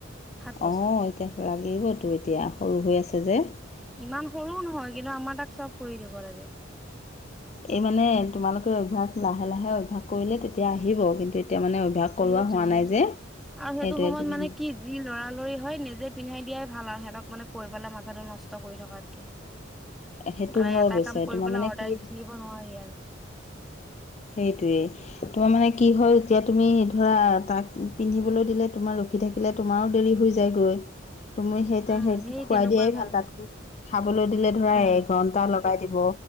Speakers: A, in the centre; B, on the left (about 35°).
A: সাত বছৰ
B: অ এতিয়া লাগিবতো এতিয়া সৰু হৈ আছে যে।
A: ইমান সৰু নহয়, কিন্তু আমাৰ তাক চব কৰি দিব লাগে।
B: এই মানে তোমালোকে অভ্যাস লাহে-লাহে অভ্যাস কৰিলে তেতিয়া আহিব। কিন্তু এতিয়া মানে অভ্যাস কৰোৱা
A: সেইটোৱে-সেইটোৱে
B: হোৱা নাই যে
A: আৰু
B: সেইটোৱে
A: সেইটো সময়ত
B: তুমি
A: মানে কি যি লৰালৰি হয়, নিজে পিন্ধাই দিয়াই ভাল আৰু সিহঁতক মানে কৈ পেলাই, মাথাটো নষ্ট কৰি থকাতকে
B: সেইটো
A: মানে
B: হয়
A: এটা
B: অৱশ্যে
A: কাম কৰিবলৈ
B: তোমাৰ মানে
A: অৰ্ডাৰ
B: কি
A: দি থাকিব নোৱাৰি আৰু।
B: সেইটোৱে, তোমাৰ মানে কি হয় এতিয়া তুমি ধৰা, তাক পিন্ধিবলৈ দিলে তোমাৰ ৰখি থাকিলে, তোমাৰো দেৰি হৈ যায় গৈ তুমি সেইতা,
A: উম
B: সেইটো
A: সেই
B: খুৱাই
A: তেনেকুৱা
B: দিয়াই
A: কাৰণে
B: ভাল তাতকৈ, খাবলৈ দিলে ধৰা
A: উম
B: এঘন্টা লকে বজাই দিব,